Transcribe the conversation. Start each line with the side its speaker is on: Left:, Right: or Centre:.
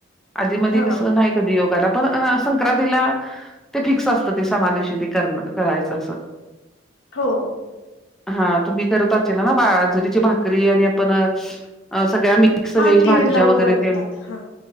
Centre: आधी मधी कसं
Left: हा
Centre: नाही कधी योग आला पण हा संक्रांतीला ते फिक्स असतं ते सणा दिवशी ते करण करायचं असं.
Left: हो.
Centre: हा तुम्ही करत असचीला ना बाजरीची भाकरी आणि आपण सगळ्या मि मिक्स
Left: हा
Centre: व्हेज
Left: तीळ
Centre: भाज्या
Left: लावून
Centre: वगैरे
Left: बनवतात
Centre: तेन
Left: हा